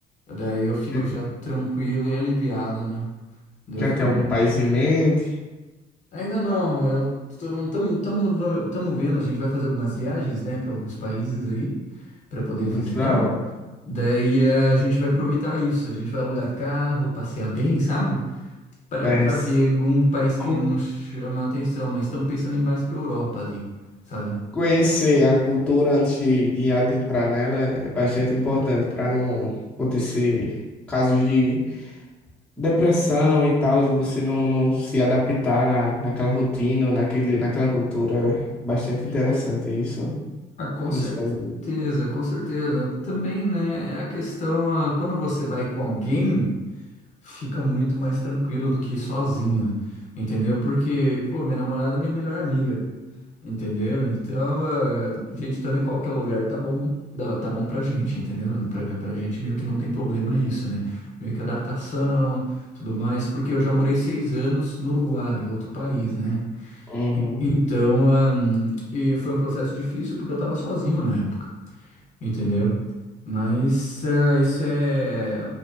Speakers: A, on the left; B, in the centre.
A: Daí eu fico
B: Já,
A: já tranquilo e aliviado, né? Daí
B: já
A: Eu fico.
B: tem algum país em mente?
A: Ainda não, eu estamos vendo, a gente vai fazer algumas viagens, né, para alguns países aí, para poder visitar.
B: Muito da hora.
A: Daí eh, a gente vai aproveitar isso, a gente vai alugar carro, passear bem, sabe? Para
B: É,
A: para
B: s-
A: ver algum país que
B: co-
A: nos chama a atenção, mas estamos pensando em mais para Europa ali, sabe?
B: conhecer a cultura antes de, de adentrar nela é bastante importante para não acontecer casos de depressão e tal, de você não, não se adaptar na, naquela rotina, ou naquele, naquela cultura. É bastante interessante isso
A: Ah, com
B: que
A: certeza,
B: você fazer
A: com certeza. Também, né, a questão, ah, quando você vai com alguém. fica muito mais tranquilo do que ir sozinho, entendeu? Porque, pô, minha namorada é minha melhor amiga, entendeu? Então, eh, a gente estando em qualquer lugar tá bom, dá- tá bom pra gente, entendeu? Pra, pra gente meio que não tem problema isso, né? Meio que adaptação, tudo mais, porque eu já morei seis anos no Uruguai, outro país, né?
B: Uhum.
A: Então, ahn, e foi um processo difícil porque eu tava sozinho na época, entendeu? Mas ah, isso é